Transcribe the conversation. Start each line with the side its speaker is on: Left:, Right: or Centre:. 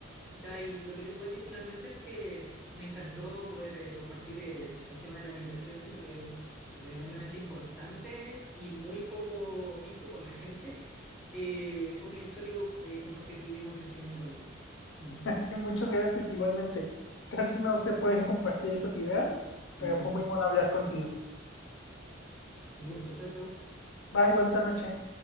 Centre: Ya, y lo que te puedo decir finalmente es que me encantó poder eh, compartir el, el tema de la meditación. Siento que es tremendamente importante y muy poco visto por la gente. Eh, fue muy exótico eh, compartir el mismo sentimiento contigo. Mm,
Left: <laughs> Muchas gracias igualmente. Casi no se pueden compartir esas ideas, pero
Centre: ujú.
Left: fue muy bueno hablar contigo.
Centre: Un gusto, chao, chao.
Left: Bye, buena noche.